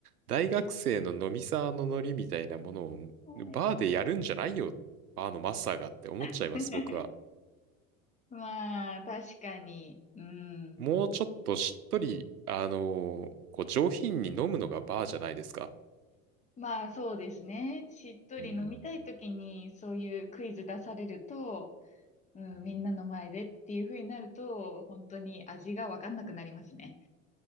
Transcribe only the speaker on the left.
はい
<laughs>
まあ確かに。うん。
まあそうですね。しっとり飲みたいときにそういうクイズ出されると、
うん、
みんなの前でっていう風になると、本当に味がわかんなくなりますね。